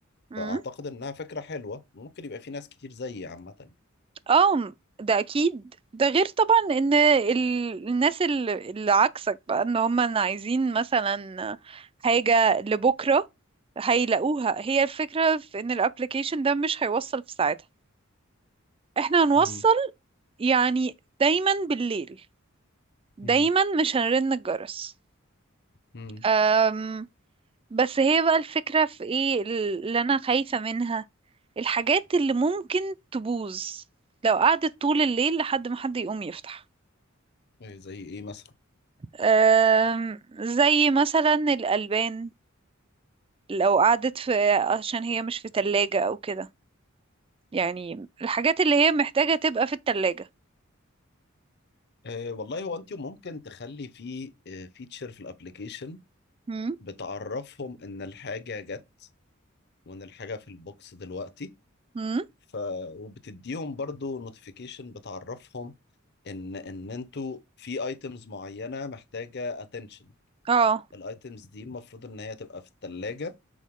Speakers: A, on the right; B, on the left.
A: م.
B: فأعتقد إنها فكرة حلوة ممكن يبقى في ناس كتير زيي عامة
A: اه ده اكيد ده غير طبعا ان ال- الناس ال- اللي عكسك بقى ان هم عايزين مثلا حاجة لبكرة هيلاقوها هي الفكرة في ان الابليكيشن ده مش هيوصل في ساعتها احنا هنوصل
B: مم.
A: يعني دايما بالليل دايما
B: مم.
A: مش هنرن الجرس
B: مم.
A: أم بس هي بقى الفكرة في ايه اللي انا خايفة منها الحاجات اللي ممكن تبوظ لو قعدت طول الليل لحد ما حد يقوم يفتح
B: إيه زي إيه مثلا
A: أم، زي مثلا الألبان لو قعدت في عشان هي مش في تلاجة أو كده يعني الحاجات اللي هي محتاجة تبقى في التلاجة
B: أه والله هو أنت ممكن تخلي في فيتشر في الأبليكيشن
A: مم.
B: بتعرفهم إن الحاجة جت وإن الحاجة في البوكس دلوقتي
A: امم
B: ف وبتديهم برضو نوتيفيكيشن بتعرفهم إن إن أنتوا في أيتمز معينة محتاجة attention
A: اه
B: الأيتمز دي المفروض إن هي تبقى في التلاجة